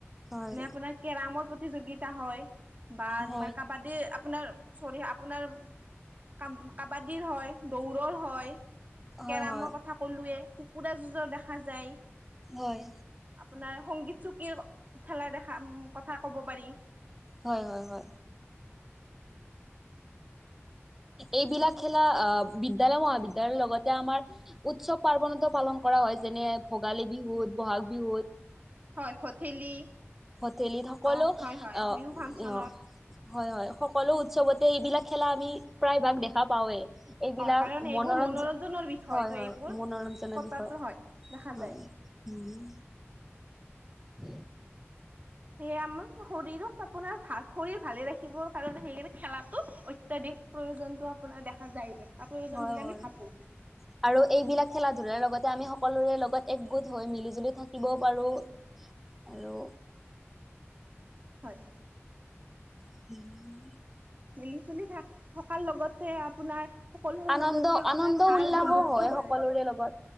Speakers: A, in the centre; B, on the right.
A: হয়
B: পোনাৰ কেৰ প্ৰতিযোগা হয় বা
A: হয় হয়
B: তোমাৰ কাবাডী আপোনাৰ চৰি আপোনাৰ ক কাবাডীৰ হয় দৌৰৰ হয়।
A: হয়
B: কেৰমৰ
A: হয়
B: কথা ক'লোৱে কুকুৰা যুজৰ দেখা যায়।
A: হয়।
B: আপোনাৰ সংগীত চুকীৰ খেলা দেখা কথা কব পাৰি।
A: হয় হয় হয়। এইবিলাক খেলা আহ বিদ্যায়ালয় মহাবিদ্য়ালয়ৰ লগতে আমাৰ উৎসৱ পাৰ্বনতো পালন কৰা হয় যেনে ভোগালী বিহুত বহাগ বিহুত
B: হয় ভঠেলি
A: ভথেলি সকলো
B: হওক হয় হয়
A: আহ
B: বিহু ফাংচনত
A: আহ হয় হয় সকলো উৎসৱতে এইবিলাক খেলা আমি প্ৰায় ভাগ দেখা পাওৱেই। এইবিলাক
B: হয় কাৰণ এইবোৰ
A: মনোৰঞ্জন
B: মনোৰঞ্জনৰ বিষয়
A: হয়
B: ত'
A: হয়
B: এইবোৰ
A: মনোৰঞ্জনৰ
B: পতাটো
A: বিষয়
B: হয় দেখা
A: হয়।
B: যায়
A: উম। উ
B: সেয়ে আমাৰ শৰীৰত আপোনাৰ ভাল শৰীৰ ভালে ৰাখিবৰ কাৰণে সেইে খেলাটো অত্যাধিক প্ৰয়োজনতটো আপোনাৰ দেখা যায় বা প্ৰয়োজন
A: হয়
B: বুলি
A: হয়
B: আমি ভাবো।
A: আৰু এইবিলাক খেলা ধূলাৰ লগতে আমি সকলোৰে লগত একগোট হৈ মিলি জুলি থাকিবও পাৰো। আৰু
B: হয়।
A: উম।
B: মিলি জুলি থাক থকাৰ লগতে আপোনাৰ সকলোোৰ
A: আনন্দ
B: লগতে আপোনাৰ
A: আনন্দ
B: ভাল
A: উল্লাসো
B: বন্ধুত্ব
A: হয়
B: কৰে।
A: সকলোৰে লগত